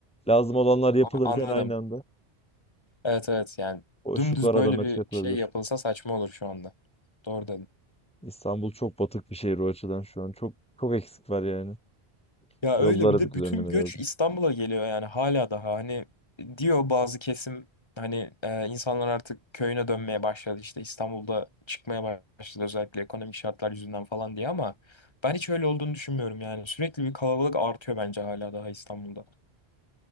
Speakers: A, in the centre; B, on the left.
A: Lazım olanlar yapılırken
B: a- anladım.
A: aynı anda
B: Evet evet yani
A: boşluklara
B: dümdüz böyle
A: da metro
B: bir
A: yapılabilir.
B: şey yapılsa saçma olur şu anda. Doğru dedin.
A: İstanbul çok batık bir şehir o açıdan şu an. Çok çok eksik var yani.
B: Ya
A: Yollara
B: öyle bir de
A: bir düzenleme
B: bütün göç
A: lazım.
B: İstanbul'a geliyor yani hala daha hani diyor bazı kesim hani e, insanlar artık köyüne dönmeye başladı işte İstanbul'da çıkmaya başladı özellikle ekonomik şartlar yüzünden falan diye ama ben hiç öyle olduğunu düşünmüyorum yani sürekli bir kalabalık artıyor bence hala daha İstanbul'da.